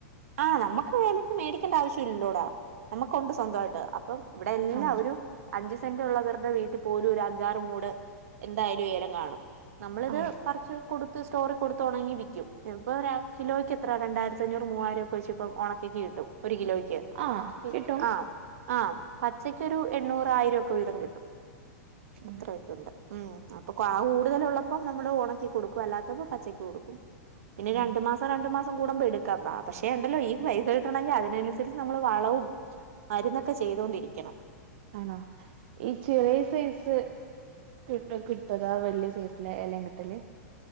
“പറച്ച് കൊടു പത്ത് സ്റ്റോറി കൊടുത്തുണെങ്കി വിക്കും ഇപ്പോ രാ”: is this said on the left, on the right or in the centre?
Right